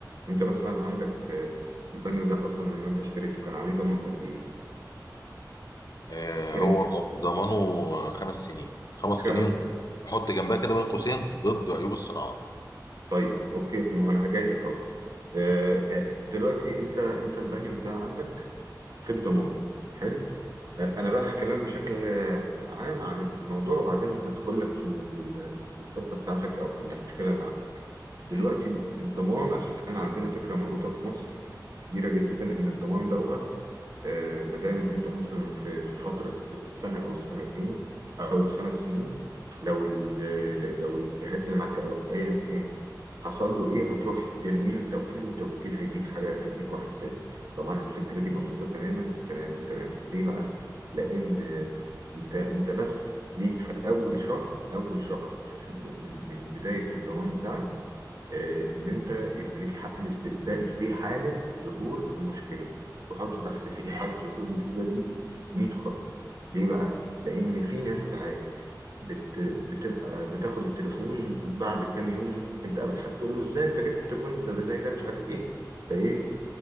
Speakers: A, on the right; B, on the left.
A: انت مثلا عندك آه، البانيو ده اصلا لما انت اشتريته كان عليه ضمان قد ايه؟
B: آه
A: كام؟
B: هو ضمانه خمس سنين خمس سنين
A: خمس سنين
B: حط جنبها كده بين قوسين ضد عيوب الصناعة
A: طيب اوكي ما هو انا هجاي لك اهو آه، آه، دلوقتي انت انت البانيو ده عندك في الضمان حلو
B: تمام
A: آه، انا بقى هكلمك بشكل آه، عام عن الموضوع وبعدين هدخل لك في ال- في ال- في الحته بتاعتك او في المشكله اللي عندك دلوقتي
B: تمام
A: الضمان عشان عندنا فكرة مغلوطة في مصر كبيرة جدا إن الضمان دوت آه، مادام أنت مثلا في في فترة السنة أو السنتين أو الخمس سنين لو ال- لو الجهاز اللي معاك أو أيا كان حصل له إيه هتروح ترميه لتوكيل وتوكيل هيديك حاجة هيديك واحد تاني طبعا
B: مم.
A: الفكرة دي مغلوطة تماما تماما تماما ليه بقى؟ لأن آه، أنت أنت بس ليك في أول شهر أول شهر في في- من من بداية الضمان بتاعك آه، ان انت يبقى ليك حق الاستبدال في حاله ظهور المشكله وحطوا تحت في حاله ظهور المشكله دي 100 خط ليه بقى لان في ناس ساعات بت... بتبقى بتاخد التليفون بعد كام يوم ممكن تقابل حد تقول له ازاي انت جبت التليفون ده زي ده مش عارف ايه فايه